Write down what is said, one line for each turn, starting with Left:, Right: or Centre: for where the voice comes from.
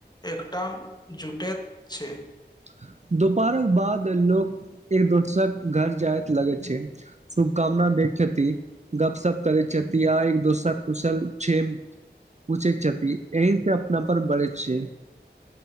Left: एकटाम जुटेत छै
Right: <inaudible> दुपहरक बाद लोग एक दोसर घर जायत लगे छै शुभकामना दे छथि गपशप करै छथि आ एक दोसर कुशल छेम पूछै छथि एहिसँ अपनापन बढ़ैत छै